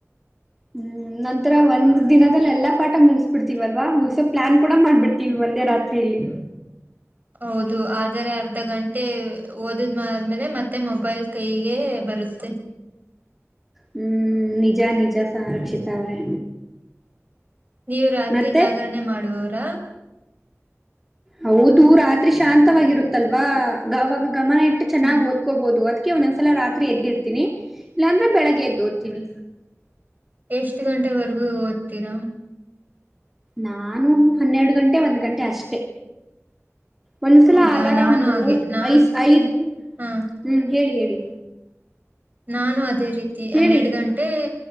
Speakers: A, in the centre; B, on the right.
A: ಹ್ಮ್ ನಂತರ ಒಂದ್ ದಿನದದಲ್ಲಿ ಎಲ್ಲಾ ಪಾಠ ಮುಗಿಸ್ಬಿಡ್ತೀವಲ್ವಾ ಮುಗಸೋ ಪ್ಲಾನ್ ಕೂಡ ಮಾಡ್ಬಿಡ್ತೀವಿ ಸಂಧೆ ರಾತ್ರಿ ಇಲ್ಲಿ
B: ಹೌದು ಆದರೆ ಅರ್ ಅರ್ಧ ಗಂಟೆ ಓದದ್ ಆದ್ಮೇಲೆ ಮತ್ತೆ ಮೊಬೈಲ್ ಕೈಗೆ ಬರುತ್ತೆ
A: ಹ್ಮ್ ನಿಜ ನಿಜ ಸಂರಕ್ಷಿತ ಅವ್ರೆ
B: ನೀವು ರಾತ್ರಿ
A: ಮತ್ತೆ
B: ಜಾಗರಣೆ ಮಾಡುವವರಾ
A: ಹೌದು ರಾತ್ರಿ ಶಾಂತವಾಗಿರುತ್ತಲ್ವಾ ಗಾವಾಗ ಗಮನ ಇಟ್ಟು ಚೆನ್ನಾಗಿ
B: ಹ್ಮ್
A: ಓದ್ಕೋಬಹುದು ಅ ಒಂದೊಂದ್ಸಲ ರಾತ್ರಿ ಎದ್ದಿರ್ತೀನಿ ಇಲ್ಲಾಂದ್ರೆ ಬೆಳಗ್ಗೆ ಎದ್ದು ಓದ್ತೀನಿ
B: ಎಷ್ಟು ಗಂಟೆವರೆಗೂ ಓದ್ತೀರಾ
A: ನಾನು ಹನ್ನೆರಡು ಗಂಟೆ ಒಂದ್ ಗಂಟೆ ಅಷ್ಟೆ ಒಂದ್ಸಲ
B: ಹೌದಾ
A: ಅಲಾರಾಮು
B: ನಾನು ಹಾಗೆ ನಾ
A: ಐಸ್ ಐದ್
B: ಹ
A: ಹ್ಮ ಹೇಳಿ ಹೇಳಿ
B: ನಾನು ಅದೇ ರೀತಿ
A: ಹೇಳಿ
B: ಹನ್ನೆರಡು ಗಂಟೆ